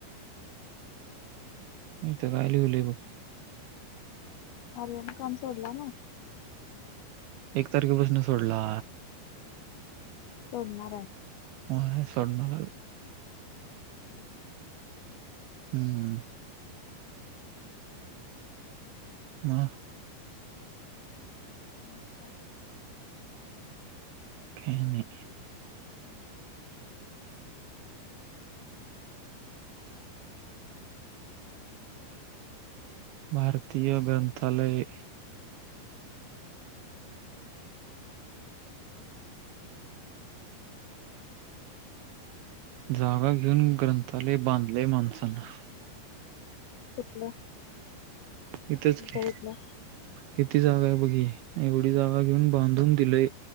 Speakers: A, on the right (about 80°); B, on the left (about 75°).
A: इथं काय लिवलंय बघ.
B: आर्या न काम सोडला नव्ह.
A: एक तारखेपासन सोडला.
B: सोडणार आहे.
A: <unintelligible> सोडणारा.
B: हा
A: हम्म हम्म. म.
B: <unintelligible>
A: काही नाही. भारतीय ग्रंथालय जागा घेऊन ग्रंथालय बांधले माणसांना.
B: कुठलं.
A: इथच
B: तुमच्या
A: की
B: तिथलं
A: किती जागा आहे बघ ही एवढी जागा घेऊन बांधून दिलय